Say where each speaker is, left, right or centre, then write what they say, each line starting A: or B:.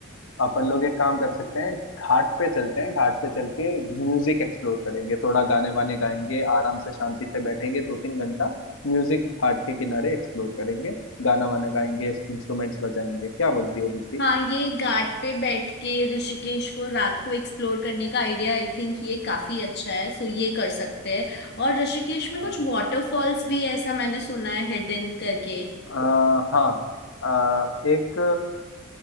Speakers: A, on the left; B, on the left.
A: अपन लोग एक काम कर सकते हैं घाट पे चलते हैं घाट पे चल के म्यूजिक एक्सप्लोर करेंगे थोड़ा गाने वाने गाएंगे आराम से शांति से बैठेंगे दो तीन घंटा म्यूजिक घाट के किनारे एक्सप्लोर करेंगे गाना वाना गाएंगे इंस्ट्रूमेंट्स बजाएंगे क्या बोलती है रुचि
B: हाँ ये घाट पे बैठ के ऋषिकेश को रात को एक्सप्लोर करने का आइडिया आई थिंक ये काफी अच्छा है सो ये कर सकते हैं और ऋषिकेश में
A: हाँ
B: कुछ वाटरफॉल्स भी है, ऐसा मैंने सुना है हिडन करके
A: अ, हाँ अ, एक